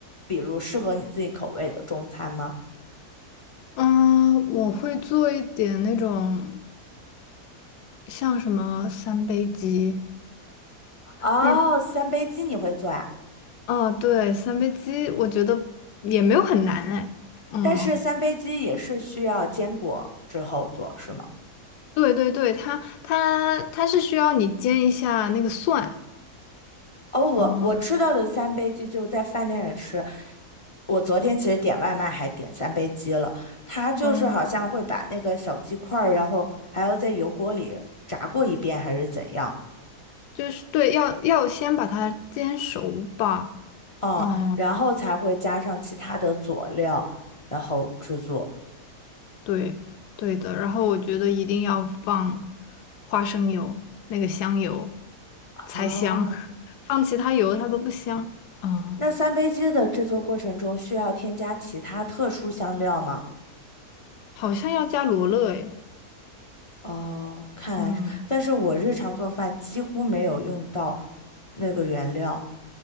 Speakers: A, on the left; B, on the left.
A: 比如适合你自己口味的中餐吗？
B: 嗯，我会做一点那种像什么三杯鸡，
A: 哦，
B: 那
A: 三杯鸡你会做呀？
B: 啊对，三杯鸡，我觉得也没有很难哎。嗯，
A: 但是三杯鸡也是需要坚果之后做，是吗？
B: 对对对，它它它是需要你煎一下那个蒜，
A: 哦，我我吃到的三杯鸡就在饭店里吃。
B: 嗯，
A: 我昨天其实点外卖还点三杯鸡了，它就是好像会把那个小鸡块儿，
B: 嗯，
A: 然后还要在油锅里炸过一遍还是怎样，
B: 就是对，要要先把它煎熟吧。
A: 嗯，
B: 嗯。
A: 然后才会加上其他的佐料，然后制作。
B: 对，对的。然后我觉得一定要放花生油，那个香油才香，
A: 哦，
B: <laughs> 放其他油它都不香。嗯，
A: 那三杯鸡的制作过程中需要添加其他特殊香料吗？
B: 好像要加罗勒诶。
A: 哦，看来是，
B: 嗯，
A: 但是我日常做饭几乎没有用到那个原料。